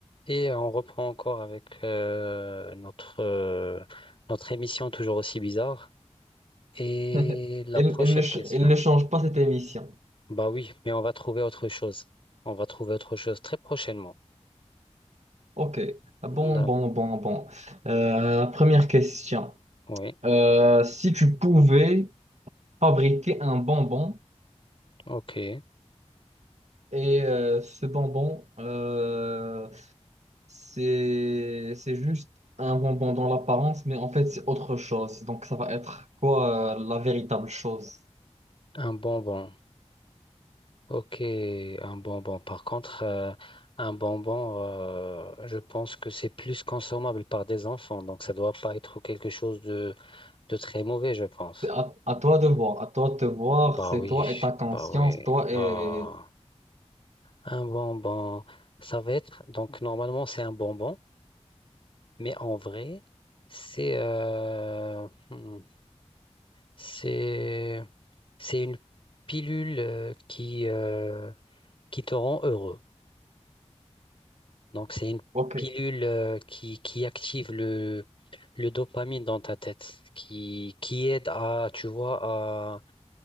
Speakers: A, on the left; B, on the right.
A: Et on reprend encore avec euh, notre, euh, notre émission toujours aussi bizarre. Et
B: <laughs>
A: la
B: Il,
A: prochaine
B: il ne, ch-
A: question.
B: il ne change pas cette émission.
A: Bah oui, mais on va trouver autre chose. On va trouver autre chose très prochainement.
B: Ok. Ah Bon,
A: D'accord.
B: bon, bon, bon. Euh, première question.
A: Oui.
B: Euh, si tu pouvais fabriquer un bonbon
A: OK.
B: et euh, ce bonbon, euh, c'est, c'est juste un bonbon dans l'apparence, mais en fait, c'est autre chose. Donc, ça va être quoi, euh, la véritable chose?
A: Un bonbon. OK. Un bonbon. Par contre, euh, un bonbon, euh, je pense que c'est plus consommable par des enfants. Donc, ça doit pas être quelque chose de, de très mauvais, je pense.
B: C'est à, à toi de voir. À toi de te voir.
A: Bah
B: C'est
A: oui.
B: toi et ta conscience.
A: Bah oui.
B: Toi et...
A: Ah. Un bonbon, ça va être, donc normalement c'est un bonbon, mais en vrai, c'est euh, hmm, c'est c'est une pilule euh, qui euh, qui te rend heureux. Donc c'est une
B: Ok.
A: pilule euh, qui qui active le le dopamine dans ta tête, qui qui aide à, tu vois,